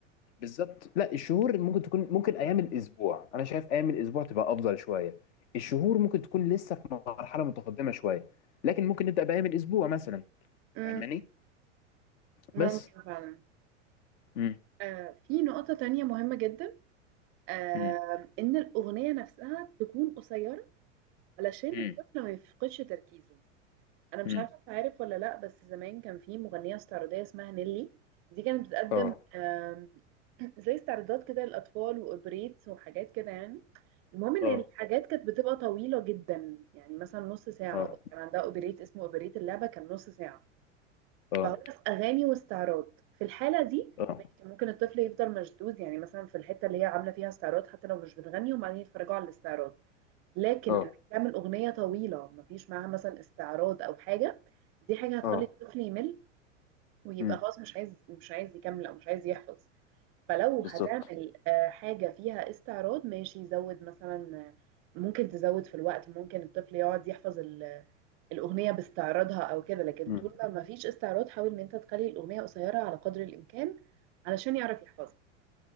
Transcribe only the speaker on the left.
بالظبط لا الشهور ممكن تكون ممكن ايام الاسبوع انا شايف ايام الاسبوع تبقى افضل شويه الشهور ممكن تكون لسه في مرحله متقدمه شويه لكن ممكن نبدا بايام الاسبوع مثلا
فاهماني
بس
امم
امم
امم
امم
اه
اه
اه
اه
اه
اه
اه
امم
بالظبط
امم